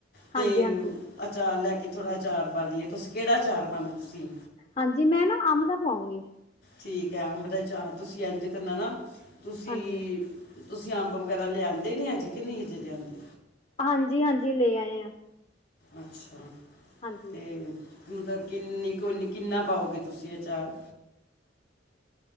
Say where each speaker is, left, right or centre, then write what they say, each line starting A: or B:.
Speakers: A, on the left (about 55°); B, on the left (about 30°).
A: ਤੇ
B: ਹਾਂਜੀ ਹਾਂਜੀ
A: ਅਚਾਰ ਲੈ ਕੇ ਥੋੜ੍ਹਾ, ਅਚਾਰ ਪਾ ਲਈਏ। ਤੁਸੀਂ ਕਿਹੜਾ ਅਚਾਰ ਪਾਉਣਾ ਤੁਸੀਂ?
B: ਹਾਂਜੀ, ਮੈਂ ਨਾ ਅੰਬ ਦਾ ਪਵਾਉਂਗੀ।
A: ਠੀਕ ਹੈ ਅੰਬ ਦਾ ਅਚਾਰ, ਤੁਸੀਂ ਇੰਝ ਕਰਨਾ ਨਾ, ਤੁਸੀਂ
B: ਹਾਂਜੀ,
A: ਤੁਸੀਂ ਅੰਬ ਵਗੈਰਾ ਲਿਆਦੇ ਨੇ ਅੱਜ, ਕਿ ਨੀ ਅਜ਼ੇ ਲਿਆਂਂਦੇ?
B: ਹਾਂਜੀ ਹਾਂਜੀ, ਲੇ ਆਏ ਹਾਂ।
A: ਅੱਛਾ,
B: ਹਾਂਜੀ।
A: ਤੇ ਮਤਲਬ ਕਿੰਨੀ ਕੁਨੀ ਕਿੰਨਾ ਪਾਓਗੇ ਤੁਸੀਂ ਅਚਾਰ?